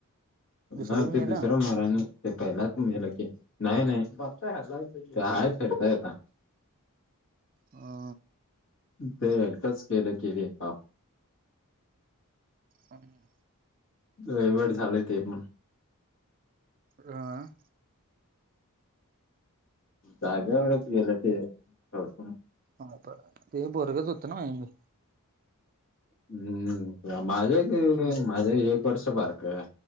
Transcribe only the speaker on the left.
हा
ते
दुसरा महारानी ते पहिलाच नेलं की. नाही नाही काय फिरतय आता.
ते एकदाच केलं की रे पाप.
रविवारी झालंय ते पण.
जाग्यावरच गेलं ते तडपुन.
हम्म माझे की माझ्या एक वर्ष बारकं